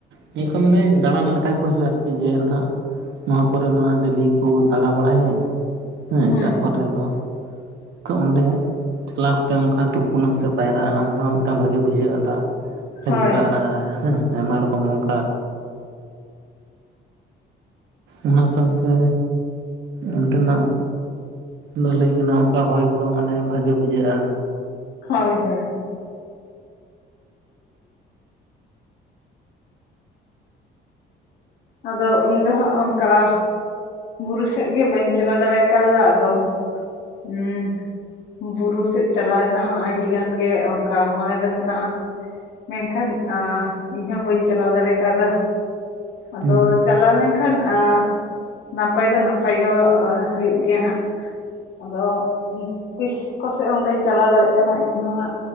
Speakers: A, on the right; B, on the left.
A: ᱱᱤᱭᱟᱹ ᱚᱱᱠᱟ ᱢᱟᱱᱮ ᱫᱟᱬᱟᱱ ᱞᱮᱠᱟ ᱠᱚ ᱦᱤᱡᱩᱜ-ᱟ ᱟᱨᱠᱤ ᱡᱮ ᱦᱱᱟᱜ ᱱᱚᱣᱟ ᱠᱚᱨᱮ ᱢᱟ ᱰᱮᱞᱤ ᱠᱚ ᱫᱟᱬᱟ ᱵᱟᱲᱟᱭᱟᱜ, ᱦᱮᱸ
B: ᱦᱩᱸ
A: ᱮᱴᱟᱜ ᱠᱚᱨᱮ ᱫᱚ ᱛᱚ ᱚᱸᱰᱮ ᱪᱟᱞᱟᱣ ᱠᱟᱛᱮᱜ ᱚᱱᱠᱟ ᱛᱩᱯᱩᱱᱟ ᱥᱮ ᱯᱟᱭᱨᱟᱜ-ᱟᱢ ᱚᱱᱟ ᱢᱤᱫᱴᱟᱝ ᱵᱷᱟᱜᱤ ᱵᱩᱡᱷᱟᱹᱜ-ᱟ ᱫᱟᱜ᱾ ᱦᱮᱞᱠᱟᱜ-ᱟ
B: ᱦᱳᱭ
A: ᱦᱮᱸ ᱟᱭᱢᱟ ᱨᱚᱠᱚᱢ ᱚᱝᱠᱟ᱾ ᱚᱱᱟ ᱥᱟᱶᱛᱮ ᱚᱱᱰᱮᱱᱟᱜ ᱫᱚ ᱞᱟᱹᱭ ᱠᱟᱱᱟ ᱚᱱᱠᱟ ᱦᱚᱭ ᱠᱚᱦᱚᱸ ᱢᱟᱱᱮ ᱵᱷᱟᱜᱮ ᱵᱩᱡᱷᱟᱹᱜ-ᱟ᱾
B: ᱦᱳᱭ ᱦᱳᱭ᱾ ᱟᱫᱚ ᱤᱧ ᱫᱚ ᱦᱟᱜ ᱚᱝᱠᱟ ᱵᱩᱨᱩ ᱥᱮᱫ ᱜᱮ ᱵᱟᱹᱧ ᱪᱟᱞᱟ ᱫᱟᱲᱮᱭ ᱠᱟᱣᱫᱟ, ᱟᱫᱚ ᱦᱩᱸ᱾ ᱵᱩᱨᱩ ᱥᱮᱜ ᱪᱟᱞᱟᱣ ᱨᱮᱱᱟᱜ ᱦᱚᱸ ᱟᱹᱰᱤ ᱜᱟᱱ ᱜᱮ ᱚᱱᱠᱟ ᱢᱚᱱᱮ ᱫᱚ ᱢᱮᱱᱟᱜ-ᱟ᱾ ᱢᱮᱱᱠᱷᱟᱱ ᱟ ᱤᱧ ᱦᱚᱸ ᱵᱟᱹᱧ ᱪᱟᱞᱟᱣ ᱫᱟᱲᱮᱭ ᱠᱟᱫᱟ᱾ ᱟᱫᱚ
A: ᱦᱩᱸ
B: ᱪᱟᱞᱟᱣ ᱞᱮᱱᱠᱷᱟᱱ ᱟ ᱱᱟᱯᱟᱭ ᱫᱚ ᱱᱟᱯᱟᱭ ᱜᱚᱣᱟ ᱦᱩᱭᱩᱜ ᱜᱮᱭᱟ ᱦᱟᱸᱜ᱾ ᱟᱫᱚ ᱛᱤᱥ ᱠᱚᱥᱮᱜ ᱚᱱᱠᱟᱧ ᱪᱟᱞᱟᱣ ᱫᱟᱲᱜ ᱠᱟᱱᱟ ᱤᱧᱦᱚ ᱦᱟᱜ᱾